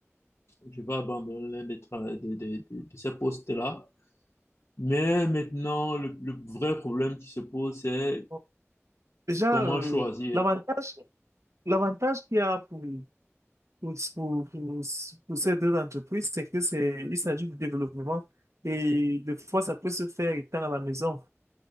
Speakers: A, on the left; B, on the right.
A: je vais abandonner l'un des tra- de, de, de, de ces postes-là. Mais maintenant, le, le vrai problème qui se pose, c'est
B: Bon, Déjà,
A: comment
B: euh,
A: choisir.
B: l'avantage, l'avantage qu'il y a pour, pour, pour, pour- pour ces deux entreprises, c'est que c'est, il s'agit du développement et des fois, ça peut se faire étant à la maison.